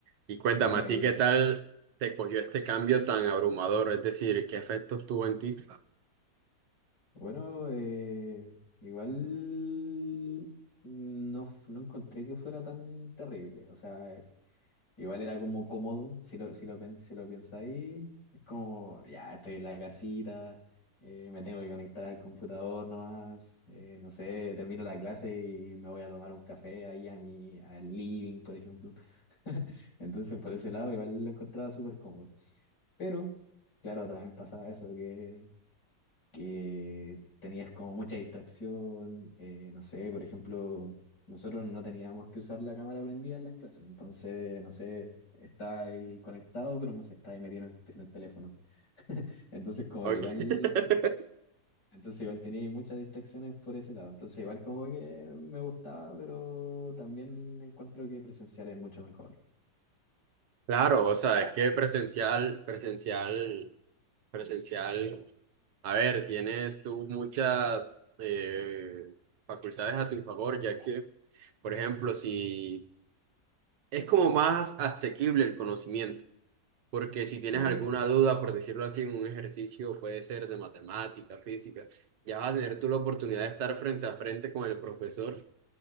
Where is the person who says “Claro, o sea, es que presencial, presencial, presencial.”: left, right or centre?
Right